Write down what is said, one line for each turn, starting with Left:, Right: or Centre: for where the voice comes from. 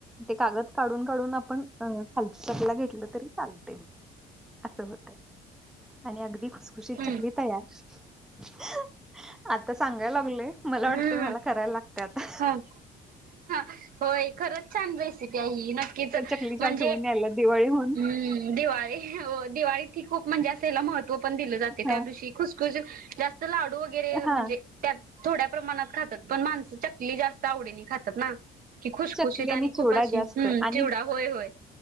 Centre: ते कागद काढून काढून आपण अ खाल चपला घेतलं तरी चालते म असं होतय आणि अगदी खुसखुशीत
Right: हम्म.
Centre: चकली तयार आता सांगाय लागले मला
Right: हम्म
Centre: वाटत ते मला करायला लागत्यात
Right: हम्म. होय. खरंच छान रेसिपी आहे ही, नक्कीच
Centre: त्या चकलीच्या
Right: म्हणजे
Centre: आठवणी यायला दिवाळी होऊन.
Right: हम्म दिवाळी हो, दिवाळीत ही खूप म्हणजे अस ह्याला महत्त्व पण दिलं जाते.
Centre: हां,
Right: त्या दिवशी खुप जास्त लाडू वगैरे
Centre: हां.
Right: म्हणजे त्या थोड्या प्रमाणात खातात. पण माणसं चकली जास्त आवडीने खातात ना की खुशखुशीत
Centre: चकली
Right: आणि खूप
Centre: चिवडा
Right: अशी,
Centre: जास्त
Right: ह
Centre: आणि
Right: चिवडा. होय. होय.